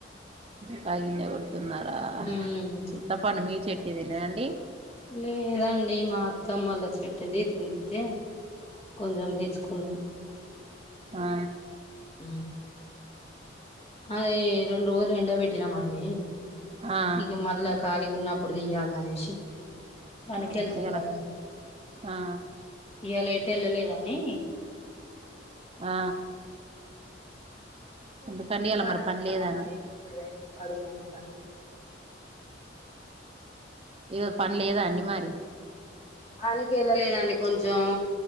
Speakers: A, on the right (about 30°); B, on the left (about 35°).
A: కాగింజ కొడుతు ఉన్నారా
B: ఉమ్
A: చింతపండుమీ చెట్టు దేన అండి
B: లేద అండి మా అత్తమ్మ వాళ్ల చెట్టుది తుమ్ పితే కొంచం మ్ తెచ్చుకు ఉన్నాం
A: ఆ
B: మ్ అదే రెండు రోజులు ఎండ పెట్టినామ అండి
A: ఆ
B: ఇక మళ్ళా కాలిగా ఉన్న ఇప్పుడు తీయాల అనేసి పనికి
A: ఆహా
B: వెళ్తాం
A: ఇయ్యాల
B: కదా
A: ఆ
B: ఇయాల ఎట్ ఎళ్ళలేదా అని
A: ఆ ఎందుకండి
B: ఈ
A: ఇయ్యాల
B: పలాన్ని
A: మరి పని
B: అ
A: లేదా అండి
B: ఎప్పుడు ఇంటి <inaudible> కడువుతు పంపిస్తావు
A: ఏద పన్ లేదా అండి మరి
B: ఆనికి వెళ్ళలేద అండి కొంచెం